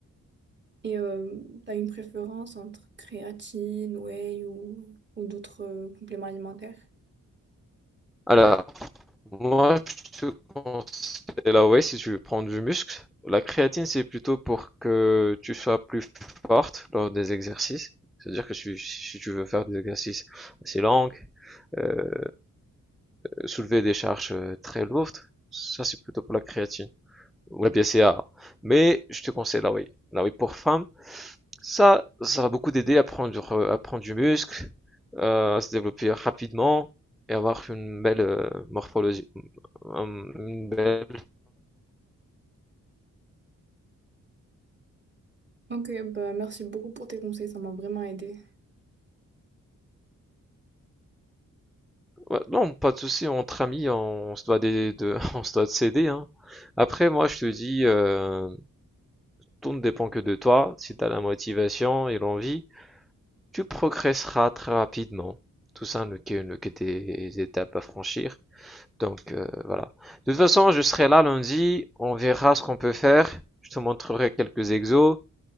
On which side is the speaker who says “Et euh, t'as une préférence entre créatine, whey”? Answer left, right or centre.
Right